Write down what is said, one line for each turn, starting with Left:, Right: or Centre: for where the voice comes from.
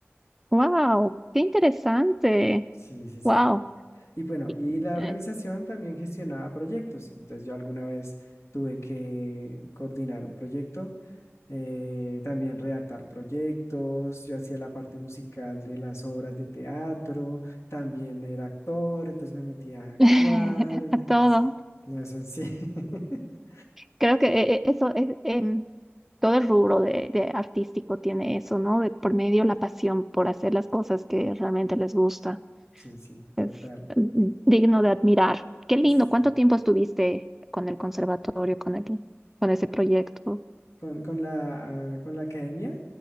Centre: Wow, qué interesante.
Left: Sí, sí, sí.
Centre: Wow.
Left: Y bueno,
Centre: Y-
Left: y la organización
Centre: eh,
Left: también gestionaba proyectos. Entonces yo alguna vez tuve que coordinar un proyecto, eh, también redactar proyectos, yo hacía la parte musical de las obras de teatro, también era actor, entonces me metía a actuar.
Centre: <laughs>
Left: y,
Centre: A todo.
Left: pues, no, eso sí, <laughs>
Centre: Creo que eh, eh, eso es em, todo el rubro de, de artístico tiene eso, ¿no? De por medio la pasión por hacer las cosas que realmente les gusta.
Left: sí, sí, total.
Centre: Es mm, digno de admirar. Qué lindo.
Left: sí.
Centre: ¿Cuánto tiempo estuviste con el conservatorio, con el, con ese proyecto,
Left: Con, con la, ah, con la academia,